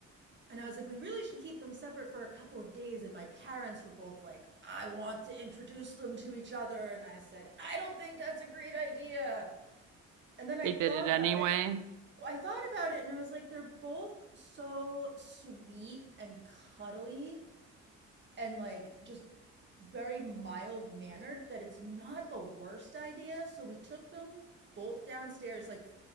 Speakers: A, on the right (about 35°); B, on the right (about 80°).
A: And I was like, we really should keep them separate for a couple of days. And my parents were both like, I want to introduce them to each other. And I said, I don't think that's a great idea. And then I
B: They
A: thought
B: did it anyway.
A: about it. Well, I thought about it and I was like, they're both so sweet and cuddly and like just very mild mannered that it's not the worst idea. So we took them both downstairs. Like